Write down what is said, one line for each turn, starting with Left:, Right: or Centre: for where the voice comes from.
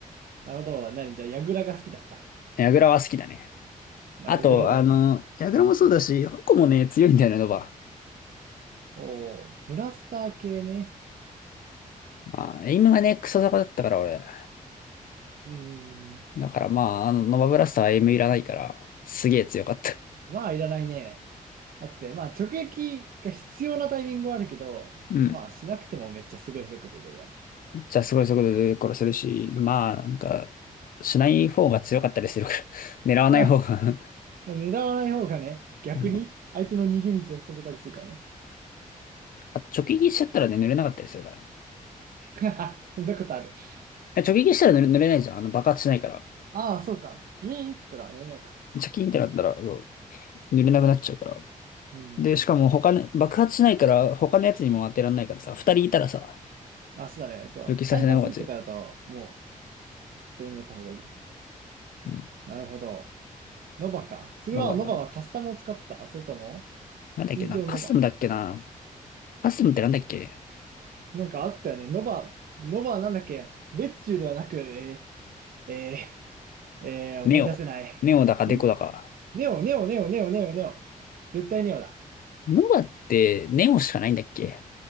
Right: なるほど。何じゃあ、ヤグラが好きだった。
Left: ヤグラは好きだね。
Right: まあ、
Left: あと、
Right: ヤグラだよね。
Left: あの、ヤグラもそうだし、ホコもね、強いんだよね、ノバ。
Right: おお、ブラスター系ね。
Left: まあ、エイムがね、クソ坂だったから、俺。
Right: うん。
Left: だからまあ、あの、ノバブラスターはエイムいらないから、すげえ強かった。
Right: まあ、いらないね。だって、まあ、直撃が必要なタイミングはあるけど、
Left: うん。
Right: まあ、しなくてもめっちゃすごい速度でやれる。
Left: じゃあ、すごい速度で殺せるし、まあ、なんか、しない方が強かったりするから、<laughs> 狙わない方が
Right: あ、
Left: <laughs>
Right: 狙わない方がね、逆に相手の逃げ道を避けたりするからね。
Left: うん、あ直撃しちゃったらね、濡れなかったりするからね。
Right: <laughs> そんなことある。<laughs>
Left: いや直撃したら濡れ、濡れないじゃん。あの、爆発しないから。
Right: ああ、そうか。ジュイーンって言ったら寝れないか。
Left: チャキーンってなったら、そう濡れなくなっちゃうから。
Right: うん。
Left: で、しかも他の、爆発しないから、他のやつにも当てらんないからさ、二人いたらさ、
Right: あ、そうだね。そう。
Left: 直撃させない方が強い。
Right: タイタスとかだと、もう、病院やった方がいい。
Left: うん。
Right: なるほど。ノバか。それは、
Left: まあまあまあな。
Right: ノバはカスタムを使ってた。それとも、
Left: なんだっけな。
Right: 通常ノバ。
Left: カスタムだっけな。カスタムってなんだっけ
Right: なんかあったよね。ノバ、ノバはなんだっけ。別注ではなく、えー、えー、えー思い出せない。
Left: ネオ。ネオだかデコだか。
Right: んネオ、ネオ、ネオ、ネオ、ネオ、ネオ。絶対ネオだ。
Left: ノバって、ネオしかないんだっけ